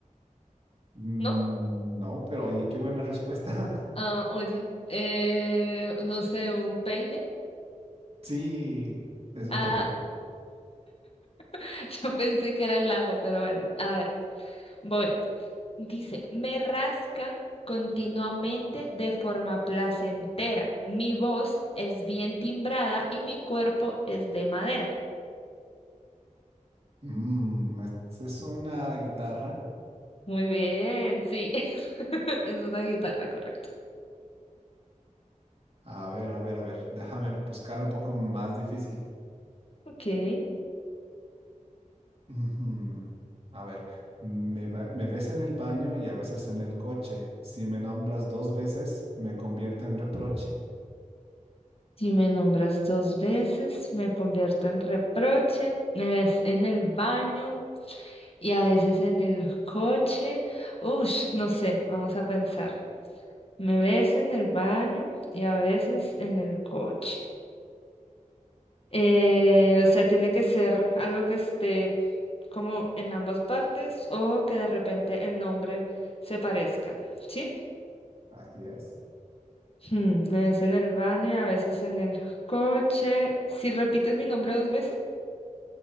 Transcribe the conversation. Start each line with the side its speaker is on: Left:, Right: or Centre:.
Right: Mm,
Left: ¿No?
Right: no, pero oye, qué buena respuesta. <laughs>
Left: Ah, oye, eh, no sé, un peine.
Right: Sí, es un
Left: Ah,
Right: peine.
Left: <laughs> yo pensé que era el ajo, pero bueno, a ver, voy. Dice, me rascan continuamente de forma placentera. Mi voz es bien timbrada y mi cuerpo es de madera.
Right: Mm, ¿es es una guitarra?
Left: Muy bien, sí. <laughs> Es una guitarra, correcto.
Right: A ver, a ver, a ver. Déjame buscar un poco más difícil.
Left: Ok.
Right: Ujú. A ver, me, ba- me ves en el baño y a veces en el coche. Si me nombras dos veces, me convierto en reproche.
Left: Si me nombras dos veces, me convierto en reproche, es en el baño y a veces en el coche. Ush, no sé, vamos a pensar. Me ves en el baño y a veces en el coche. Eh, o sea, tiene que ser algo que esté como en ambas partes o que de repente el nombre se parezca, ¿sí?
Right: Así es.
Left: Hmm, me ves en el baño y a veces en el coche. Si repites mi nombre dos veces.